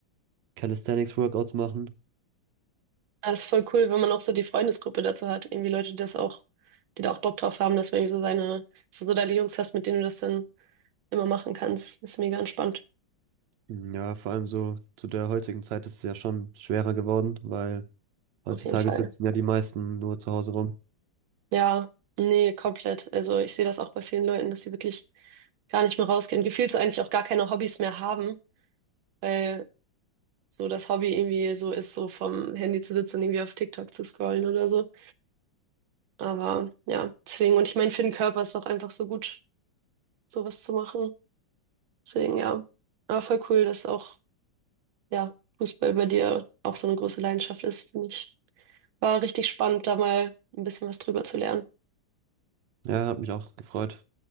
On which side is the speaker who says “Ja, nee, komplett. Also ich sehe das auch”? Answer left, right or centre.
Right